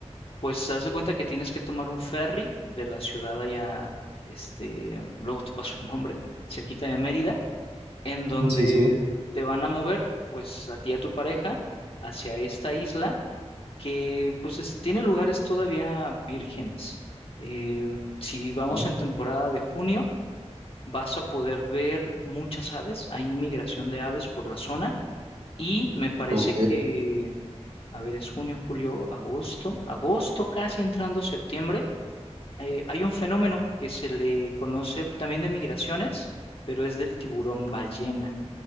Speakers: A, on the left; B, on the right.
A: Pues haz de cuenta que tienes que tomar un ferry de la ciudad allá, este, luego te paso el nombre, cerquita de Mérida, en donde
B: Sí, sí.
A: te van a mover, pues a ti y a tu pareja, hacia esta isla que, pues, es- tiene lugares todavía vírgenes. Eh, si vamos
B: sí,
A: en temporada de junio, vas a poder ver muchas aves, hay migración de aves por la zona y me parece
B: Ok.
A: que a ver, es junio, julio, agosto, agosto, casi entrando septiembre, eh, hay un fenómeno que se le conoce también de migraciones, pero es del tiburón ballena.